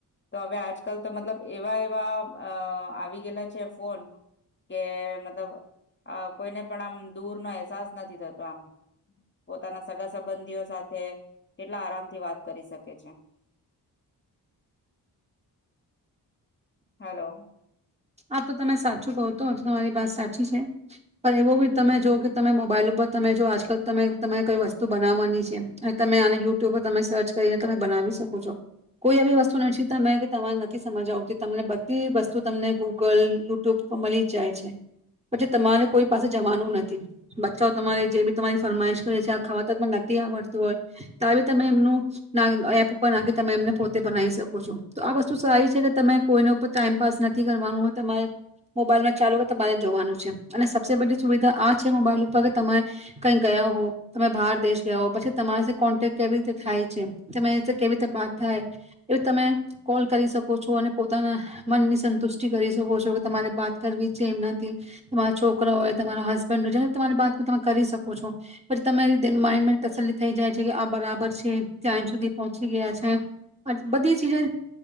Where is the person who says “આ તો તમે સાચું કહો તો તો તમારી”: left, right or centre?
Right